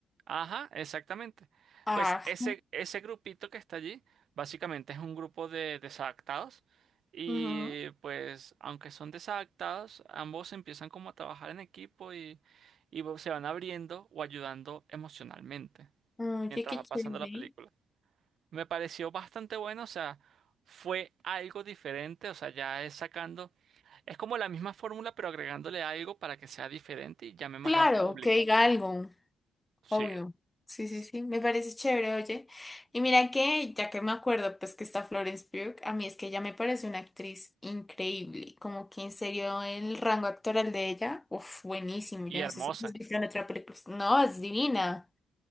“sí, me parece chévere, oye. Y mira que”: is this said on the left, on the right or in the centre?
Left